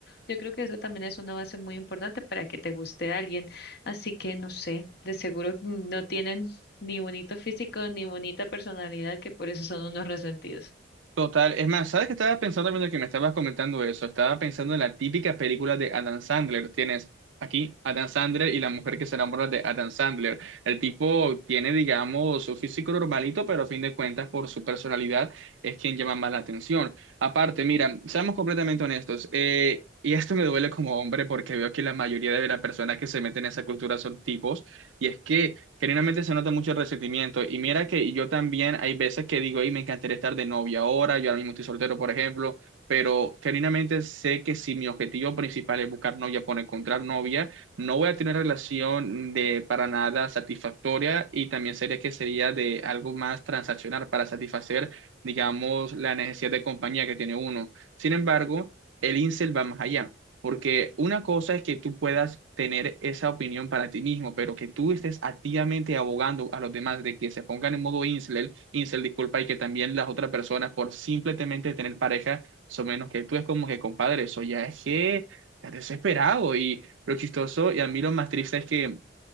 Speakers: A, on the left; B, on the right.
A: Yo creo que eso también es una base muy importante para que te guste a alguien. Así que no sé, de seguro no tienen ni bonito físico ni bonita personalidad, que por eso son unos resentidos.
B: Total, es más, ¿sabes qué estaba pensando mientras que me estabas comentando eso? Estaba pensando en la típica película de Adam Sandler. Tienes aquí Adam Sandler y la mujer que se enamora de Adam Sandler. El tipo tiene, digamos, su físico normalito, pero a fin de cuentas, por su personalidad, es quien llama más la atención. Aparte, mira, seamos completamente honestos. eh, y esto me duele como hombre porque veo que la mayoría de las personas que se meten en esa cultura son tipos. Y es que. Genuinamente se nota mucho el resentimiento. Y mira que yo también hay veces que digo, hey, me encantaría estar de novia ahora, yo ahora mismo estoy soltero, por ejemplo, pero genuinamente sé que si mi objetivo principal es buscar novia por encontrar novia, no voy a tener relación de para nada satisfactoria y también sería que sería de algo más transaccional para satisfacer, digamos, la necesidad de compañía que tiene uno. Sin embargo, el incel va más allá. Porque una cosa es que tú puedas tener esa opinión para ti mismo, pero que tú estés activamente abogando a los demás de que se pongan en modo incel, incel, disculpa, y que también las otras personas por simplemente tener pareja son menos que tú, es como que, compadre, eso ya es que estás desesperado. Y lo chistoso y a mí lo más triste es que